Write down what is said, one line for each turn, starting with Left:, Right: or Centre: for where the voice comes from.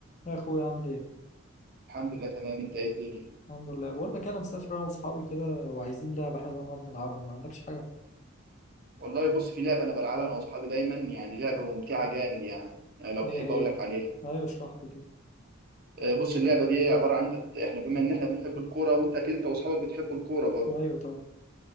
Left: يا اخويا عامل ايه
Right: الحمد لله تمام انت ايه الدنيا
Left: الحمد لله بقول لك انا مسافر انا واصحابي كده وعايزين لعبه حلوه نقعد نلعبها ما عندكش حاجه
Right: والله بص في لعبه انا بلعبها انا واصحابي دايما يعني لعبه ممتعه جامد يعني يعني لو
Left: ايه
Right: تحب
Left: هي
Right: اقول لك عليها
Left: ايوه اشرح لي كده
Right: آه، بص اللعبه دي هي عباره عن انت احنا بما ان احنا بنحب الكوره وانت اكيد انت واصحابك بتحبوا الكوره برضه
Left: ايوه طب